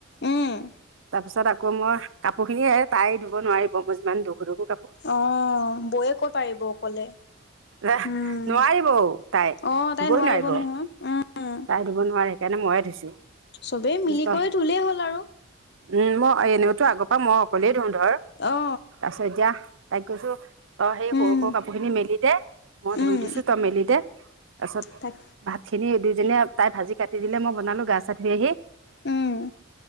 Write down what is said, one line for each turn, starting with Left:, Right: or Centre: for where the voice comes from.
Left: উম।
Right: তাৰপিছত আ- আকৌ মই কাপোৰ খিনি তাই ধোব নোৱাৰিব মই যিমান ধোগো ধোগো
Left: অ বৌয়ে কৈ পাৰিব অকলে।
Right: এ
Left: উম
Right: নোৱাৰিবঔ তাই
Left: অ তাই
Right: ধুবই নোৱাৰিব
Left: নহয় উম
Right: তাই ধুব নোৱাৰে। সেইকাৰণে ময়ে ধুইছো
Left: চবেই মিলি
Right: দুষ্ট
Left: কৰি ধুলেই হ'ল আৰু
Right: উম মই এনেও তো আগৰ পৰা মই অকলেই ধোও ধৰ
Left: অ
Right: তাপিছত এতিয়া তাইক কৈছো। তই সেই সৰু
Left: উম
Right: সৰু কাপোৰ খিনি মেলি দে মই
Left: উম
Right: ধূই দিছো তই মেলি দে। তাৰ পিছত
Left: তাক
Right: ভাত খিনি দুইজনীয়ে তাই ভাজি কাটি দিলে মই বনালো গা চা ধুই আহি।
Left: উম